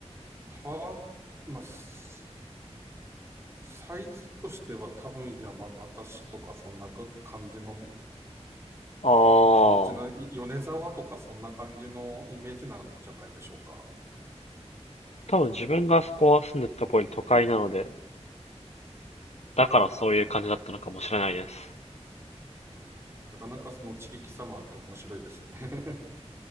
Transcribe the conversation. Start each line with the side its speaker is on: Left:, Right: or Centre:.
Right: た、まあ、すサイズとしては多分山形市とかそんな感じの、
Left: あ
Right: 感じな、
Left: あ。
Right: い米沢とかそんな感じのイメージなんじゃないでしょうか。
Left: 多分自分がそこは住んでたところに都会なので、だからそういう感じだったのかもしれないです。
Right: なかなかその地域様って面白いですね。